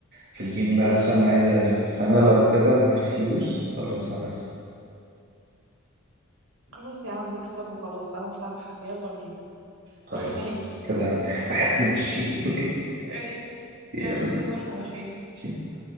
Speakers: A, on the right; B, on the right.
A: في الجيم ده
B: ماشي
A: علشان عايز انام فانا لو كده ما عرفتيهوش خلاص انا هكسب
B: خلاص يا عم اكسب وخلاص انا مسامحة يلا بينا
A: خلاص
B: روح نام
A: كده
B: <laughs>
A: عندك واحد <laughs> ماشي
B: ماشي
A: <laughs> يلا
B: يلا تصبح على خير
A: ترجمة نانسي قنقر